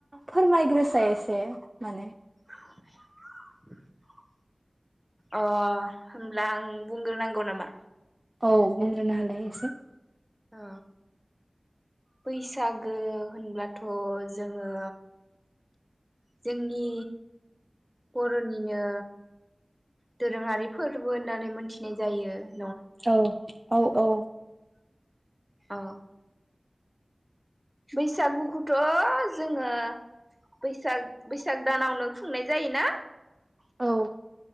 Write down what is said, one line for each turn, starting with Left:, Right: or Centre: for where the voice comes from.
Right: फोरमायग्रोसाय एसे माने
Centre: <inaudible> अ होमब्ला आं बुंग्रोनांगौ नामा?
Right: औ बुंग्रोनो होलाय एसे
Centre: अ बैसागो होनब्लाथ' जोङो जोंनि बर'निनो दोरोङारि फोरबो होननानै मोनथिनाय जायो ।
Right: औ औ औ
Centre: औ बैसागुखौथ' जोङो बैसाग बैसाग दानावनो खुंनाय जायोना
Right: औ